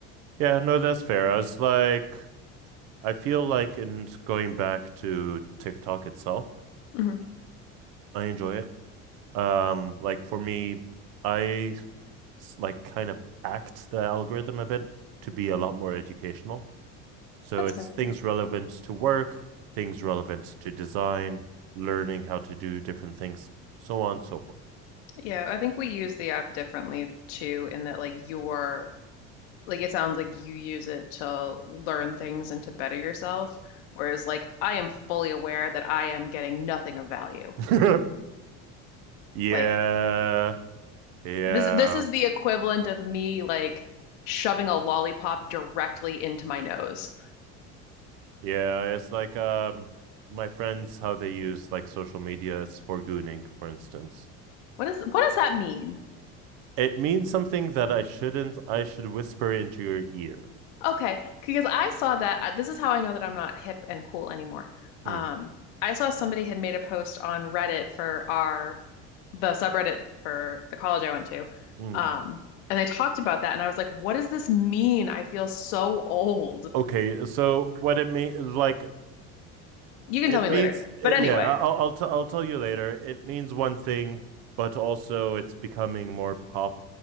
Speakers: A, on the right; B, on the left.
A: Yeah, no, that's fair. I was like, I feel like in going back to TikTok itself,
B: hmm
A: I enjoy it. Um, like for me, I like kind of hacked the algorithm a bit to be a lot more educational. So
B: That's
A: it's
B: fair.
A: things
B: Yeah.
A: relevant to work, things relevant to design, learning how to do different things, so on and so forth.
B: Yeah, I think we use the app differently too, in that like you're like it sounds like you use it to learn things and to better yourself, whereas like I am fully aware that I am getting nothing of value.
A: Mm-hmm. <laughs> yeah.
B: Like
A: Yeah.
B: this this is the equivalent of me like shoving a lollipop directly into my nose.
A: Yeah, it's like um my friends how they use like social media is for gooning, for instance.
B: What is what does that mean?
A: It means something that I shouldn't. I should whisper into your ear.
B: Okay, because I saw that uh, this is how I know that I'm not hip and cool anymore.
A: Hmm.
B: Um, I saw somebody had made a post on Reddit for our the subreddit for the college I went to.
A: hmm.
B: Um, and they talked about that and I was like, what does this mean? I feel so old.
A: Okay, so what it means, like
B: You can
A: it
B: tell me
A: means,
B: later.
A: eh,
B: But anyway,
A: yeah. I- I'll I'll, t- I'll tell you later. It means one thing, but also it's becoming more pop